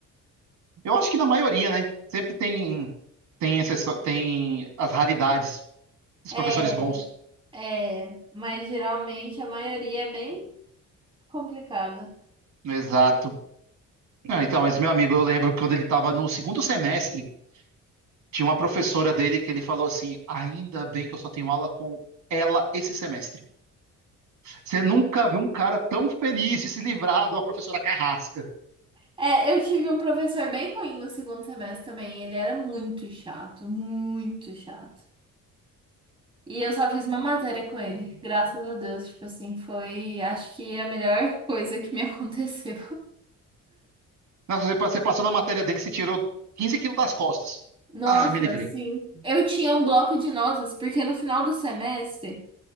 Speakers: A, on the right (about 65°); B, on the right (about 15°).
A: Eu acho que na maioria, né? Sempre tem tem exceção, tem as raridades dos
B: É,
A: professores bons.
B: é, mas geralmente a maioria é bem complicada.
A: Exato. Não, então, mas meu amigo, eu lembro que quando ele estava no segundo semestre, tinha uma professora dele que ele falou assim: ainda bem que eu só tenho aula com ela esse semestre. Você nunca viu um cara tão feliz de se livrar de uma professora carrasca.
B: É, eu tive um professor bem ruim no segundo semestre também. Ele era muito chato, muito chato. E eu só fiz uma matéria com ele, graças a Deus. Tipo assim, foi, acho que a melhor coisa que me <laughs> aconteceu.
A: Nossa, você pa- você passou na matéria dele, você tirou 15 quilos das costas.
B: Nossa,
A: Ai, me livrei.
B: sim. Eu tinha um bloco de notas, porque no final do semestre